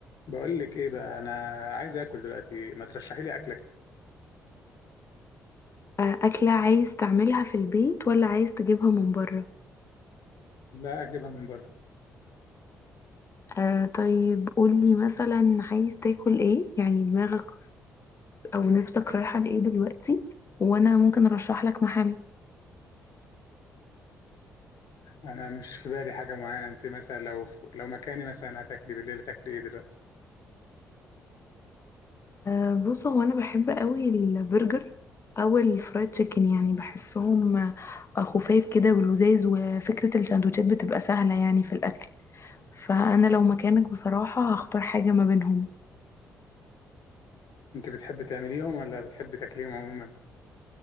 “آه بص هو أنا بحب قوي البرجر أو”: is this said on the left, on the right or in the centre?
Left